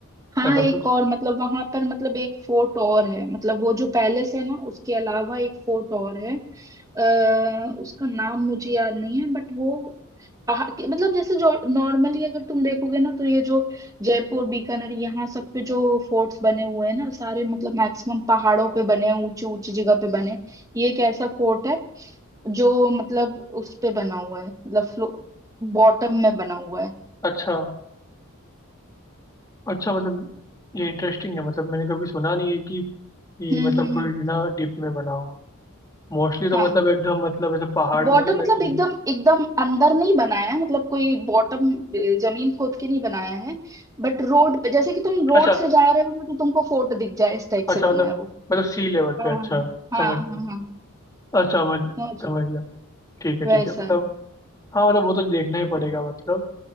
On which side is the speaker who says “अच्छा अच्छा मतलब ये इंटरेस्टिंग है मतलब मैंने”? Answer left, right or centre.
Left